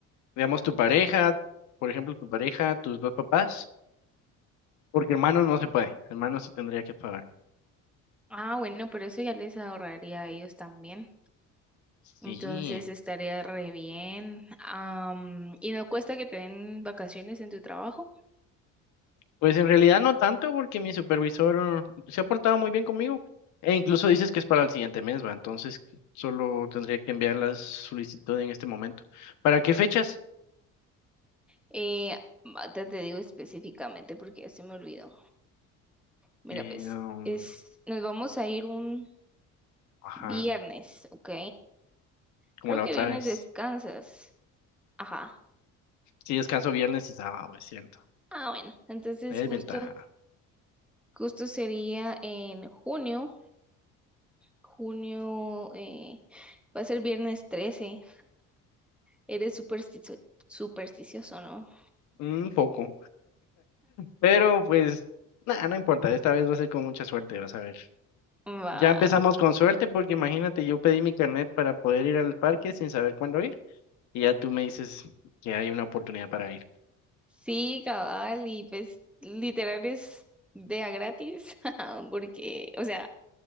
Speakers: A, on the left (about 65°); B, in the centre.
A: Veamos tu pareja, por ejemplo, tu pareja, tus dos papás. Porque hermanos no se puede, hermanos sí tendría que pagar.
B: Ah, bueno, pero eso ya les ahorraría a ellos también.
A: Sí,
B: Entonces estaría re bien. Am, y no cuesta que te den vacaciones en tu trabajo.
A: pues en realidad no tanto porque mi supervisor se ha portado muy bien conmigo e incluso dices que es para el siguiente mes, va, entonces solo tendría que enviar la solicitud en este momento. ¿Para qué fechas?
B: Eh, ahorita te digo específicamente porque ya se me olvidó. Mira,
A: Eh,
B: pues,
A: um,
B: es, nos vamos a ir un
A: ajá,
B: viernes, ¿ok?
A: como
B: Creo
A: la
B: que
A: otra
B: viernes
A: vez.
B: descansas. Ajá.
A: Sí, descanso viernes y sábado, es cierto.
B: Ah, bueno. Entonces
A: Hay desventaja.
B: justo, justo sería en junio. Junio, eh, va a ser viernes 13. Eres supersticio- supersticioso, ¿no?
A: Un poco, pero pues nada, no importa, esta vez va a ser con mucha suerte, vas a ver.
B: Va.
A: Ya empezamos con suerte porque imagínate, yo pedí mi carnet para poder ir al parque sin saber cuándo ir y ya tú me dices que hay una oportunidad para ir.
B: Sí, cabal, y pues literal es de a gratis, <laughs> porque, o sea,